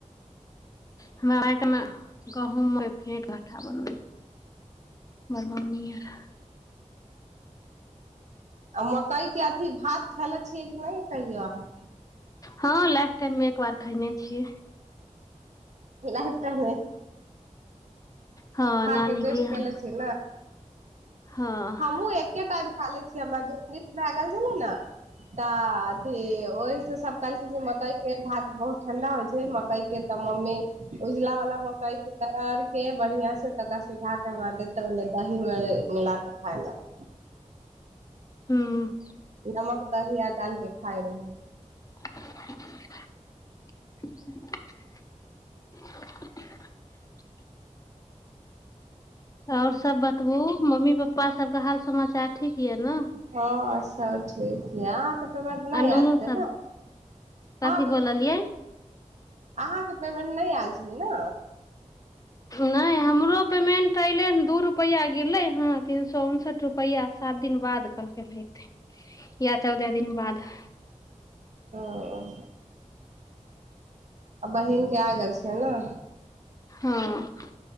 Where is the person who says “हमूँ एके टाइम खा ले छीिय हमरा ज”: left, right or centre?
Right